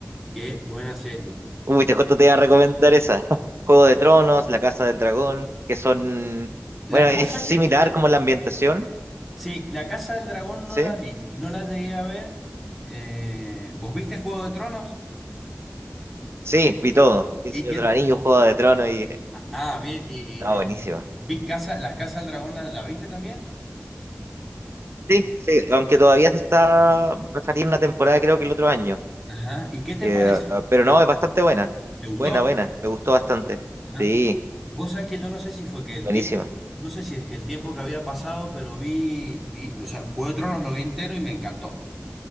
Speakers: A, in the centre; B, on the right.
A: Qué buena serie.
B: Uy, te justo te iba a recomendar esa. <laughs> Juego de Tronos, La Casa del Dragón, que son.
A: La,
B: Bueno,
A: vos
B: es
A: sabés
B: similar
A: que, mira,
B: como la ambientación,
A: sí, La Casa del Dragón
B: ¿sí?
A: no la vi, no la llegué a ver. Eh, ¿vos viste Juego de Tronos?
B: Sí, vi todo. El
A: ¿Y
B: Señor
A: qué?
B: de los Anillos, Juego de Tronos y. <laughs>
A: Ah, bien, y
B: No,
A: eh,
B: buenísima.
A: vi casa, Las Casas del Dragón, ¿la, la viste también?
B: Sí, sí, aunque todavía se está. Va a salir una temporada, creo que el otro año.
A: Ajá. ¿Y qué te
B: Eh,
A: pareció?
B: pero no, es bastante buena.
A: ¿Te gustó?
B: Buena, buena. Me gustó bastante.
A: Ajá.
B: Sí,
A: Vos sabés que yo no sé si fue que el
B: buenísima.
A: tiempo, no sé si es que el tiempo que había pasado, pero vi, vi, o sea, Juego de Tronos lo vi entero y me encantó,